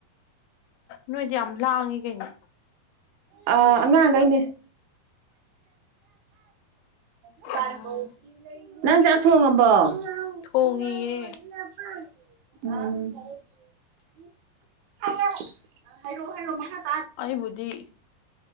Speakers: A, on the left; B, on the right.
A: ꯅꯣꯏꯗꯤ ꯌꯥꯝ ꯂꯥꯡꯉꯤ ꯀꯩꯅꯣ꯫
B: ꯑꯥ ꯑꯉꯥꯡꯒꯩꯅꯦ꯫ <unintelligible>
A: ꯑꯣ
B: ꯅꯪ ꯆꯥꯛ ꯊꯣꯡꯉꯕꯣ꯫ <unintelligible>
A: ꯊꯣꯡꯉꯤꯌꯦ
B: <unintelligible>
A: ꯑꯩꯕꯨꯗꯤ